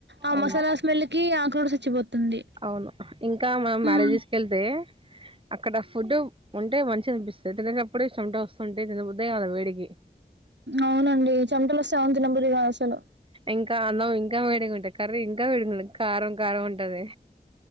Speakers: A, on the right; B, on the right.
A: ఆ
B: అవును
A: మసాలా స్మెల్ కి ఆకూడా చచ్చిపోతుంది
B: అవును ఇంకా మనం
A: హ్మ్.
B: మ్యారేజ్స్ కి వెళ్తే అక్కడ ఫుడ్ ఉంటే మంచి అనిపిస్తుంది తినేటప్పుడు చెమాట వస్తుంటాయి తిన్నా బుద్దే గాదు వేడికి
A: అవునండి చెమటలు వస్తే అన్నం తిన్న బుద్ది కావడం లేదు అసలు
B: ఇంకా అన్నం ఇంకా వేడిగా ఉంటాంది కర్రీ ఇంకా వేడి కారం కారం ఉంటది